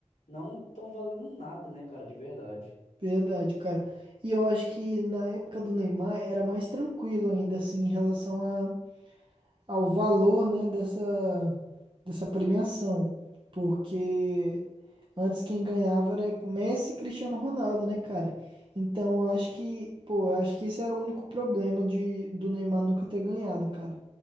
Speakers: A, on the left (about 80°); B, on the right (about 45°).
A: não estão valendo nada, né, cara, de verdade.
B: Verdade, cara. E eu acho que na época do Neymar era mais tranquilo ainda assim em relação a, ao valor, né, dessa dessa premiação, porque Antes quem ganhava era Messi e Cristiano Ronaldo, né, cara? Então eu acho que, pô, eu acho que esse era o único problema de, do Neymar nunca ter ganhado, cara.